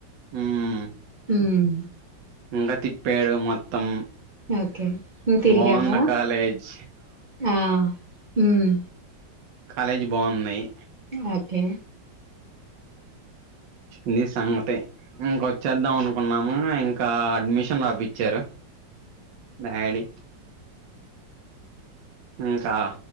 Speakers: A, on the right; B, on the right.
A: మ్మ్
B: ఉమ్మ్
A: ఇంకా తిప్పారూ మొత్తం
B: ఒకే నువ్ తిరిగావ
A: బాగున్న కాలేజ్
B: ఆ ఉమ్మ్
A: కాలేజీ బాగుంనాయి
B: ఓకే
A: నీ సంగతి ఇంకొచ్చేద్దాం అనుకున్నాం ఉమ్మ్ ఇంకా అడ్మిషన్ అవి ఇచ్చారు డాడీ ఇంకా